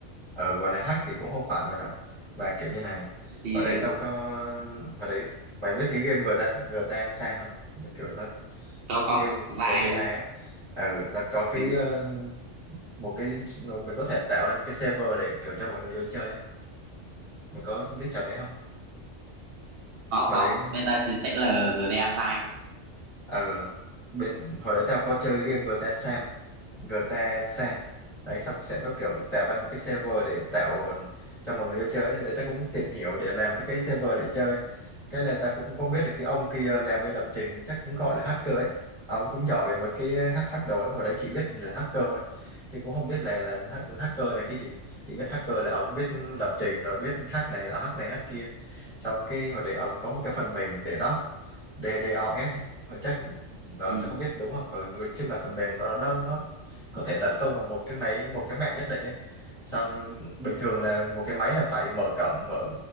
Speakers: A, on the right; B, on the right.
A: ờ gọi là hack thì cũng không phải mày nào mà kiểu như này
B: đi
A: hồi đấy
B: ờ,
A: tao có hồi đấy mày biết cái game GTA GTA San không kiểu nó
B: có
A: nó
B: có
A: cái game
B: vai
A: GTA á ừ, nó có cái
B: ừ.
A: ờ, một cái nó- mình có thể tạo ra một cái server để kiểu cho mọi người vô chơi ấy. mày có biết trò đấy không
B: có
A: hồi
B: có
A: đấy
B: bây giờ thì sẽ là GDA vai
A: ừ bên hồi đấy tao có chơi game GTA Sam GTA San đấy xong sẽ có kiểu tạo ra một cái server để tạo cho mọi người vô chơi đấy tao cũng tìm hiểu để làm được cái server để chơi cái là tao cũng có biết được cái ông kia làm bên lập trình chắc cũng gọi là hacker ấy ông cũng giỏi về mấy cái hack hack đồ đó hồi đấy chỉ biết là hacker thôi chứ cũng không biết là là hack- hacker là cái gì chỉ biết hacker là ông biết lập trình rồi biết hack này nọ hack này hack kia xong cái hồi đấy ông có một cái phần mềm để đó DDoS họ chắc ờ
B: ừ.
A: tao không biết đúng không ừ, nói chung là phần mềm đó, đó nó có thể tấn công vào một cái máy một cái mạng nhất định ấy xong bình thường là một cái máy là phải mở cổng mở